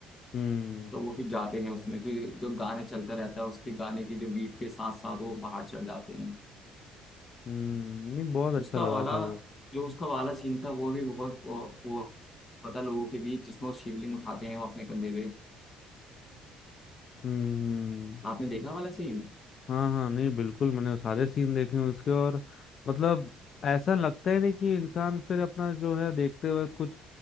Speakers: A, on the left (about 40°); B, on the left (about 20°).
A: हम्म
B: तो वो फिर जाते हैं उसमें फिर जो गाने चलता रहता है उसके गाने की जो बीट के साथ साथ वो पहाड़ चढ़ जाते हैं
A: हम्म नहीं बहुत
B: उसका
A: अच्छा लगा
B: वाला
A: था वो
B: जो उसका वाला सीन था वो भी बहुत वो वो पता लोगों के बीच जिसमें वो शिवलिंग उठाते हैं वो अपने कंधे पे
A: हम्म
B: आपने देखा वाला सीन
A: हाँ हाँ नहीं बिल्कुल मैंने सारे सीन देखे हैं उसके और मतलब ऐसा लगता ही नहीं कि इंसान फिर अपना जो है देखते वक्त कुछ